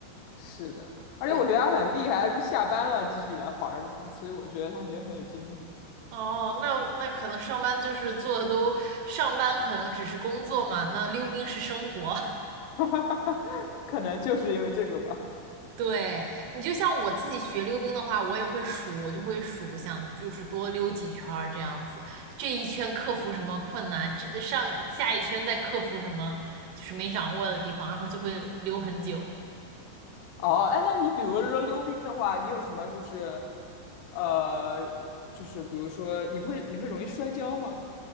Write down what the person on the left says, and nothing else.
是的，而且我觉得他很厉害，
他是下班了继续来玩儿的，<laughs> 所以我觉得他觉得很有精力，
<laughs> 可能就是因为这个吧。
哦，哎，那你比如说溜冰的话，你有什么就是，呃，就是比如说你会你会容易摔跤吗？